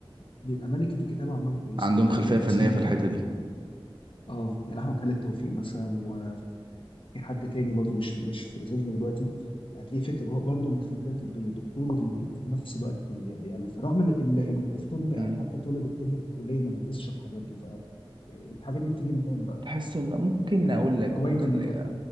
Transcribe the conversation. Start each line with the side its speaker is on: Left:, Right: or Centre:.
Left: بيبقى ملكة الكتابة عندهم كويسة
Right: عندهم
Left: يعني
Right: خلفية
Left: هتلاقي مثلا
Right: فنية في الحتة دي
Left: اه يعني أحمد خالد توفيق مثلا وفي حد تاني برضو مش مش في ذهني دلوقتي هتلاقيه فكر هو برضه من خلفية طبية دكتور وفي نفس الوقت بي- بيألف رغم إن ال- ال- الطب أو
Right: مم.
Left: حتى طالب الطب في الكلية ما بيدرسش الحاجات دي فالحاجات دي بتيجي منين بقى
Right: تحس ان ممكن
Left: يعني
Right: اقول
Left: ما-
Right: لك
Left: هواية
Right: ممكن
Left: ال- ال-